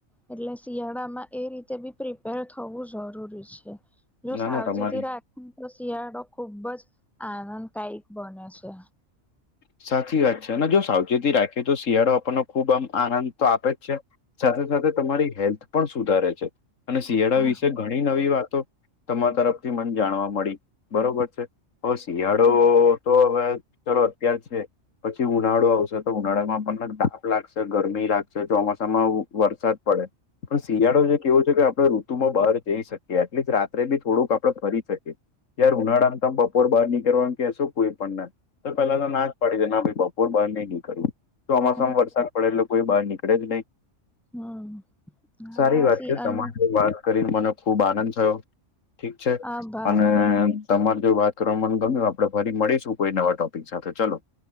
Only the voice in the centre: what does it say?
એટલે શિયાળામાં એ રીતે બી પ્રિપેર થવું જરૂરી છે. જો
સાવચેતી
રાખે તો શિયાળો ખુબ જ આનંદ કાયક બને છે.
હા
હમ
હમ
હા
સી
અને
આભાર